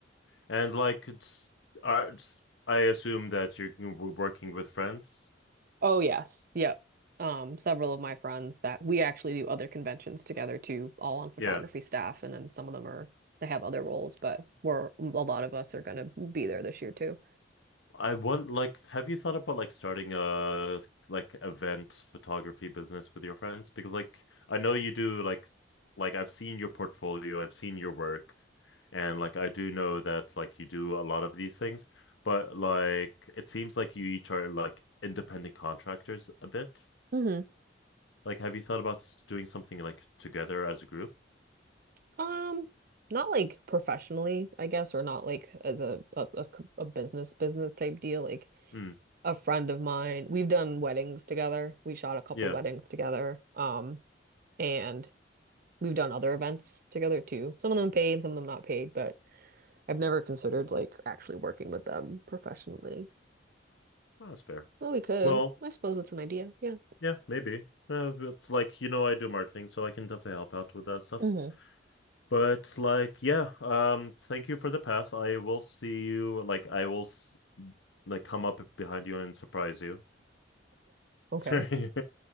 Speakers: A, on the left; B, on the right.
A: and like it's, uh, it's I assume that you're working with friends.
B: Oh yes, yep. Um, several of my friends that we actually do other conventions together too, all on photography
A: Yeah.
B: staff, and then some of them are they have other roles, but we're a lot of us are going to be there this year too.
A: I want like have you thought about like starting a like event photography business with your friends? Because like I know you do like s- like I've seen your portfolio, I've seen your work, and like I do know that like you do a lot of these things, but like it seems like you each are like independent contractors a bit.
B: hmm
A: Like have you thought about s- doing something like together as a group?
B: Um, not like professionally, I guess, or not like as a a, a c- a business business type deal. Like
A: Mm,
B: a friend of mine, we've done weddings together. We shot a couple
A: yeah,
B: weddings together. Um, and we've done other events together too. Some of them paid, some of them not paid, I've never considered like actually working with them professionally.
A: Oh, that's fair.
B: Well, we could.
A: Well,
B: I suppose it's an idea. Yeah.
A: yeah, maybe. Uh, it's like you know I do marketing, so I can definitely help out with that stuff.
B: hmm
A: But like, yeah, um, thank you for the pass. I will see you. Like, I will s like come up behind you and surprise you.
B: Okay.
A: <laughs> If